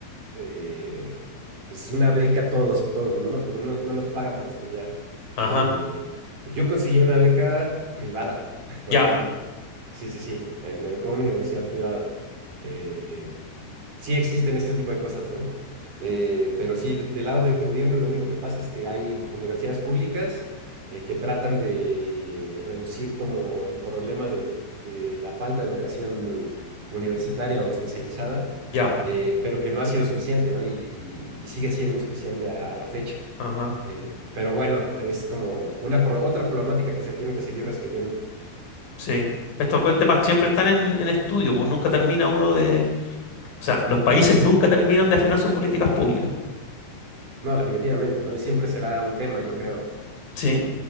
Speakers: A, on the right; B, on the left.
A: eh, pues una beca todos, todos, no, no, no, nos no nos pagan por estudiar.
B: Ajá,
A: Eh, yo conseguí una beca privada, <laughs> por
B: ya,
A: ejemplo. Sí, sí, sí. eh, me becó en una universidad privada. Eh, sí existen este tipo de cosas, ¿no? Eh, pero sí, de- del lado del gobierno lo único que pasa es que hay universidades públicas eh, que tratan de reducir como el problema de, de la falta de educación universitaria o especializada,
B: ya,
A: eh, pero que no ha sido suficiente, ¿no? Y, y- y sigue siendo insuficiente a, a la fecha.
B: ajá,
A: Eh, pero bueno, es como una pro- otra problemática que se tiene que seguir resolviendo.
B: sí. Estos co- temas siempre están en, en estudio, pues nunca termina uno de... O sea, los países nunca terminan de afinar sus políticas públicas.
A: No, definitivamente, ¿no? Y siempre será un tema, yo creo.
B: Sí,